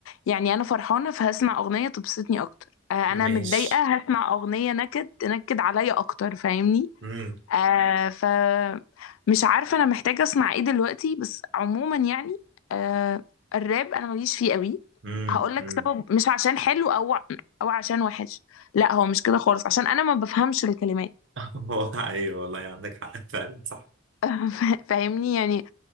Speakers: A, on the left (about 80°); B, on the right (about 65°).
A: يعني انا فرحانه فهسمع اغنيه تبسطني اكتر آه،
B: ماشي
A: انا متضايقه هسمع اغنيه نكد تنكد عليا اكتر فاهمني
B: امم
A: آه ف مش عارفه انا محتاجه اسمع ايه دلوقتي بس عموما يعني آه الراب انا ماليش فيه قوي
B: امم
A: هقول لك
B: امم
A: سبب مش عشان حلو او او عشان وحش لا هو مش كده خالص عشان انا ما بفهمش الكلمات
B: <laughs> هو ايوه والله عندك حق فعلا صح
A: <laughs> فاهمني يعني